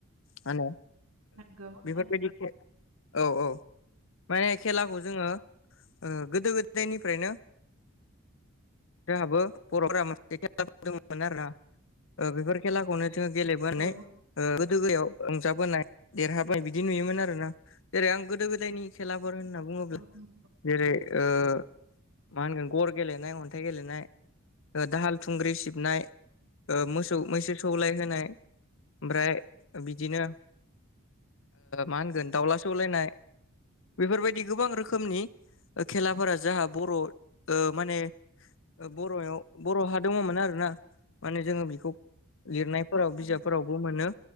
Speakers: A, on the left; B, on the right.
A: माहोनो
B: नंगौ थारै
A: बेफोरबायदि औ औ। माने खेलाखौ जोङो गोदो गोदायनिफ्रायनो जोंहाबो बर'फोरा खेलाफोर दंमोन आरो ना बेफोर खेलाखौनो जोङो गेलेबोनानै
B: औ
A: गोदो गोदायाव रंजाबोनाय देरहाबाय बिदि नुयोमोन आरोना जेरै आं गोदो गोदायनि खेलाफोर होननानै
B: औ नंगौ
A: <unintelligible> जेरै मा होनगोन गर गेलेनाय अन्थाइ गेलेनाय दाहाल थुंग्रि सिबनाय मोसौ मैसो सौलाय होनाय ओमफ्राय बिदिनो मा होनगोन दाउला सौलायनाय। बेफोरबायदि गोबां रोखोमनि खेलाफोरा जाहा बर' माने बर'आव बर'हा दङमोन आर ना माने जोङो बेखौ लिरनायफोराव
B: औ थारै
A: बिजाबफोराव मोनो